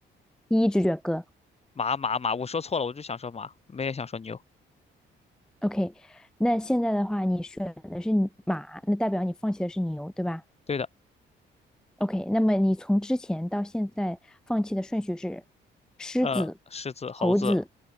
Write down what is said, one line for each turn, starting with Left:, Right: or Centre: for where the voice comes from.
Centre: 第一直觉哥
Left: 马马马，我说错了，我就想说马，没也想说牛。
Centre: ，OK。那现在的话，你选的是马，那代表你放弃的是牛，对吧？
Left: 对的，
Centre: OK，那么你从之前到现在放弃的顺序是狮子、
Left: 呃，狮子、猴子，
Centre: 猴子、